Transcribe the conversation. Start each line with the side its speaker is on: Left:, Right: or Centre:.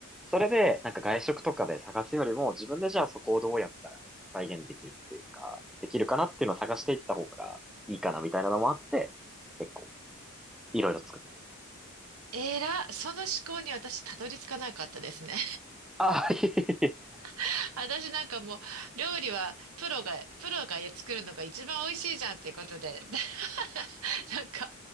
Centre: それで、なんか外食とかで探すよりも、自分でじゃあそこをどうやったら再現できるっていうか、できるかなっていうのを探していった方がいいかなみたいなのもあって、結構、いろいろ作ってる。
Right: えら、その思考に私たどり着かなかったですね。
Centre: ああ、いえいえ。
Right: <laughs> 私なんかもう料理はプロが、プロが作るのが一番美味しいじゃんっていうことで。<laughs> なんか、